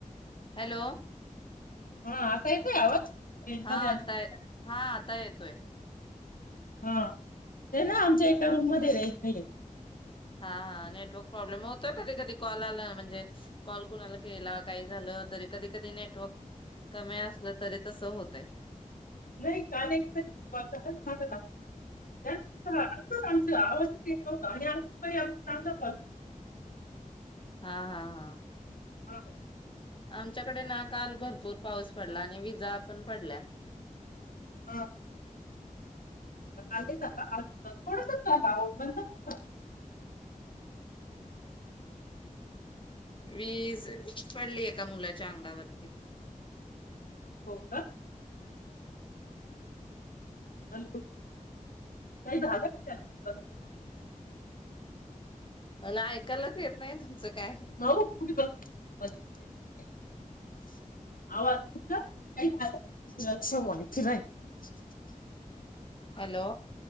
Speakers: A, on the left; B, on the left.
A: हॅलो.
B: हा आता येतोय आवाज? रेंज
A: हा
B: मध्ये आली
A: आताय हा आता येत. तोय.
B: हा ते ना आमच्या एका रूम मध्ये रेंज नाही येत.
A: हा नेटवर्क प्रॉब्लेम होत कधी कधी कॉल आला म्हणजे कॉल कुणाला केला काही झालं तरी कधी कधी नेटवर्क कमी असलं तरी तस होतय.
B: नही काल एकतरी कॉल झाला ना माझा <unintelligible> <unintelligible> अस आमचा असाच आमचा आवाजच येत न्हवता आणि आजुन पण चांगला कॉल
A: हा हा हा.
B: हा.
A: आमच्याकडे ना काल भरपूर पाऊस पडला, आणि विजा पण पडल्या.
B: हां.
A: हम्म.
B: काल नाही झाला आज थोडासाच झाला आहो बंद होता.
A: वीज, पडली एका मुलाच्या अंगावरती.
B: आ. हॅलो, काय झालं काय त्या लोकाना.
A: मला ऐकायलाच येत नाही तुमचं काय.
B: माऊ कुठ ग आवाज <unintelligible>
A: हॅलो,